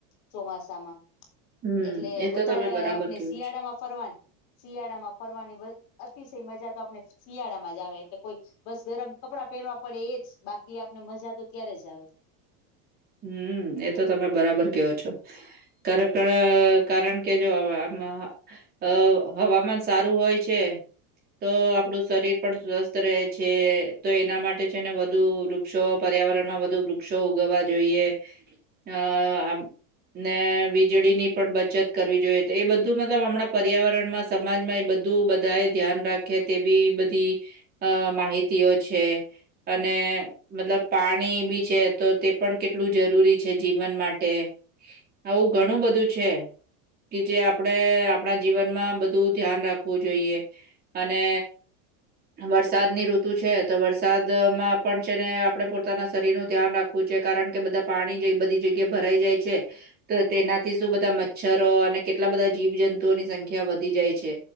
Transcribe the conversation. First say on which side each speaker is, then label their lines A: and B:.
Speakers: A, on the left; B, on the right.
A: ચોમાસામાં.
B: હમ
A: એટલે
B: એ તો
A: વધારે
B: તમે બરાબર
A: આપને
B: કહ્યો
A: શિયાળામાં
B: છો.
A: ફરવાન શિયાળામાં ફરવાની વલ અતિશય મજાતો આપને શિયાળામાં જ આવે, એટલે કોઈ બસ ગરમ કપડા પહેરવા પડે એજ, બાકી આપને મજા તો ત્યારેજ આવે.
B: હમ્મ, એ તો તમે બરાબર ક્યો છો. કારકડે, કારણ કે જો હવે આમાં અ હવામાન સારું હોય છે. તો આપડું શરીર પણ સ્વસ્થ રહે છે, તો એના માટે છે ને વધુ રુ ક્ષો, પર્યાવરણમાં વધુ વૃક્ષો ઉગવવા જોઈએ, અ આમ ને વીજળીની પણ બચત કરવી જોઈએ, તો એ બધું મતલબ હમણાં પર્યાવરણમાં સમાજમાં એ બધું બધા એ ધ્યાન રાખે, તેવી બધી અ માહિતીઓ છે, અને મતલબ પાણી બી છે તો તે પણ કેટલું જરૂરી છે જીવન માટે, આવું ઘણું બધું છે. કે જે આપડે આપડા જીવનમાં બધું ધ્યાન રાખવું જોઈએ. અને વરસાદની ઋતુ છે, તો વરસાદમાં પણ છેને આપડે પોતાના શરીર નું ધ્યાન રાખવુંજ છે, કારણ કે બધા પાણી જે બધી જગ્યા ભરાઈ જાય છે. તો તેનાથી શું બધા મચ્છરો, અને કેટલા બધા જીવજંતુઓની સંખ્યા વધી જાય છે.